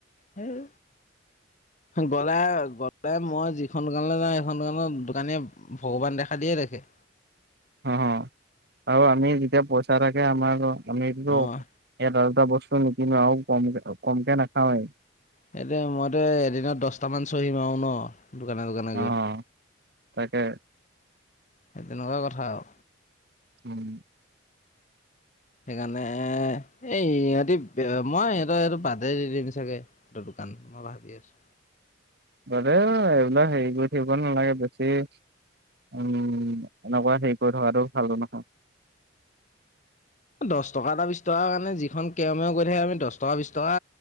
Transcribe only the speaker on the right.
<inaudible>
<inaudible> অ আৰু আমি যেতিয়া পইচা থাকে আমাৰ আমি বস্তু
নিকিনো আৰু কম কমকে নাখাওৱেই
আহ তাকে
উম
অ এইবিলাক হেৰি কৰি থাকিব নালাগে বেছি উম এনেকুৱা হেৰি কৰি থকাটো ভাল নহয়